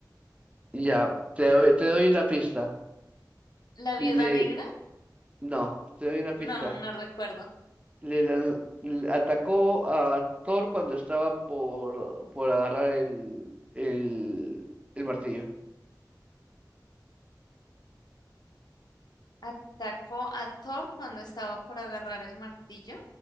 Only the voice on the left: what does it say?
¿La Viuda
Negra?
No, no recuerdo.
¿Atacó a Thor cuando estaba por agarrar el martillo?